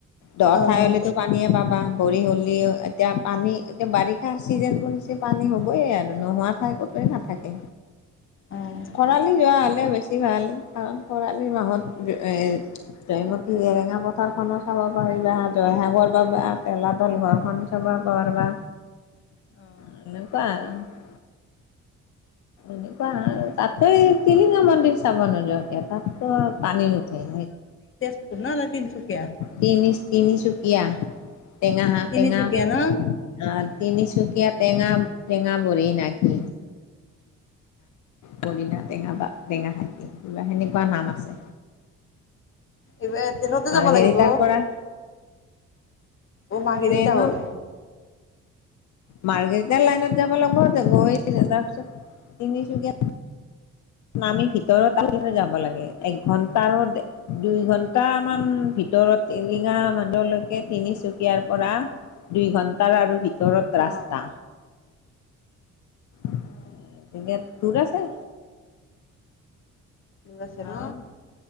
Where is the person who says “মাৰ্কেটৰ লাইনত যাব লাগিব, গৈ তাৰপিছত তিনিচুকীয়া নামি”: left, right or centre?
Left